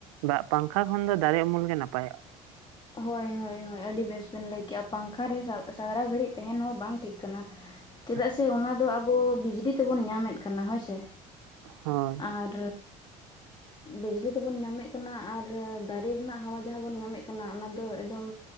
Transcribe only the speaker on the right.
ᱫᱟᱜ ᱯᱟᱝᱠᱷᱟ ᱠᱷᱚᱱ ᱫᱚ ᱫᱟᱨᱮ ᱩᱢᱩᱞ ᱜᱮ ᱱᱟᱯᱟᱭᱚᱜ-ᱟ᱾
<inaudible>
ᱦᱳᱭ